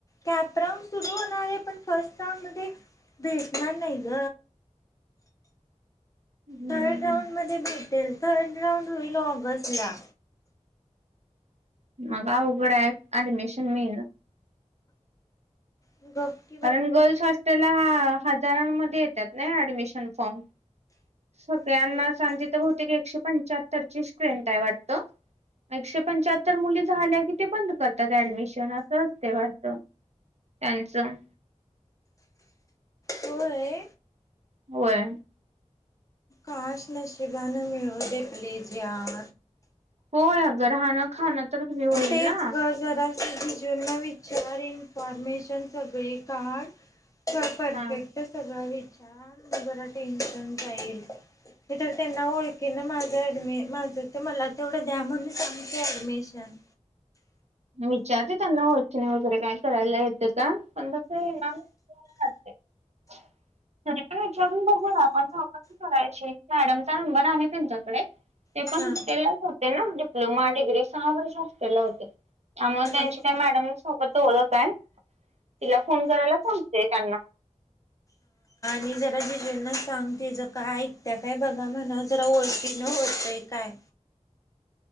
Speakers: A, on the left; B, on the right.
A: कॅप रां सुरु होणार आहे पण फर्स्ट रां मध्ये भेटणार नाही ग
B: हम्म
A: थर्ड राऊंड मध्ये भेटेल थर्ड राऊंड होईल ऑगस्ट ला
B: मगा उघड्या ॲडमिशन मिळल
A: ग
B: कारण गर्ल्स हॉस्टेलला हा हजारांमध्ये येतात नाही ऍडमिशन फॉर्म सगळ्यांना
A: म्हणायचं
B: सांगते तर बहतेक एकशे पंच्याहत्तर ची स्ट्रेंथ आहे वाटत एकशे पंच्याहत्तर मुली झाल्या कि ते बंद करतात ऍडमिशन असं असते भरत त्यांचम
A: हो आहे
B: होय
A: पाच नशिब मिळवू दे प्लीज याद
B: होय अगं राहणं खाणं तर फ्री होईल
A: तेच
B: ना
A: घर जरास जीण विचार इन्फॉर्मेशन सगळे काढ परफेक्ट
B: हा
A: सगळा विचार बरा टेन्शन जाईल इर ते ना होयत कि ना माझं डम माझं तर मला तेवढं द्या म्हणून सांगते ऍडमिशन
B: विचारते त्यांना ओचणी वगैरे काय करायला येतं का पण बस येणार ते तरी पण विचारून बघू आपण तपस करायची मॅडमचा नंबर आहे त्यांच्याकडे ते
A: हा
B: पण हॉस्टेललाच होते ना डिप्लोमा डिग्री सहा वर्ष हॉस्टेलला होते त्यामुळे त्यांची
A: मग
B: काय मॅडम सोबत ओळतय तिला फोन करायला सांगते त्यांना
A: मी जरा जिजेंना सांगते ज का ऐकत्या काय बघा म्हणा जरा ओळखीन होतय काय